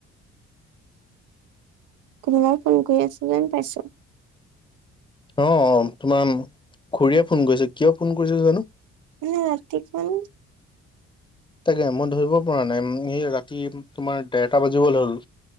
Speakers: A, on the right; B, on the left.
A: কোনোবাই ফোন কৰি আছো যেন পাইছো।
B: অ', তোমাৰ খুৰীয়ে ফোন কৰিছে কিয় ফোন কৰিছে জানো।
A: এই ৰাতিখন।
B: তাকে মই ধৰিব পৰা নাই স ৰাতি তোমাৰ দেৰটা বাজিবলৈ হ'ল।